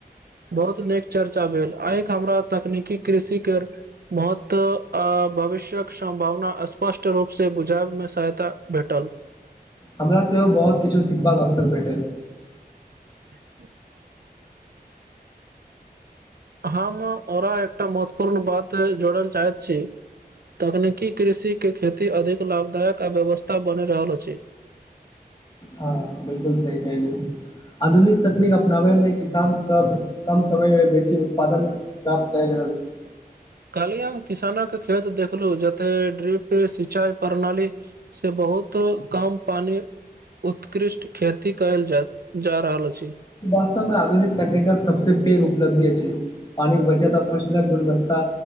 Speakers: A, on the right; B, on the left.
A: बहुत नीक चर्चा भेल आइक हमरा तकनीकी कृषि केर भूत आ भविष्यक सम्भावना स्पष्ट रूपसँ बुझायबमे सहायता भेटल।
B: हमरा सेहो बहोत किछु सिखबाक अवसर भेटल।
A: <inaudible> हम औरा एकटा महत्वपूर्ण बात जोड़ल चाहैत छी। तकनीकी कृषि के खेती अधिक लाभदायक आ व्यवस्था बनि रहल अछि।
B: हँ बिलकुल सही कहलियौ। आधुनिक तकनीक अपनाबैमे किसान सब कम समयमे बेसी उत्पादन काम कय रहल छल।
A: कालहि हम किसानक खेत देखलु जते ड्रिप सिंचाई प्रणाली से बहुत कम पानी उत्कृष्ट खेती करल जा जा रहल अछि।
B: ई वास्तव मे आधुनिक तकनीकक सबसँ पैघ उपलब्धि अछि। पानीक बचत आ फसलक गुणवत्ता